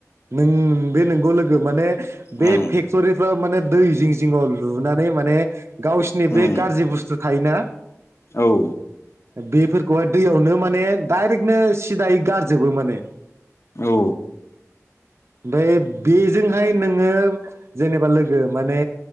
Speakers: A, on the right; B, on the left.
A: नों बे नंगौ लोगो माने बे
B: उम
A: फेक्टरिफ्राव माने दै जिं जिङाव लुनानै माने गावसोरनि
B: उम
A: बे गाज्रि बुस्थु थायोना
B: औ
A: बेफोरखौहाय दैयावनो माने डाइरेक्ट बिदिनो सिदायै गारजोबो माने
B: औ
A: ओमफ्राय बेजोंहाय नोंङो जेनेबा लोगो माने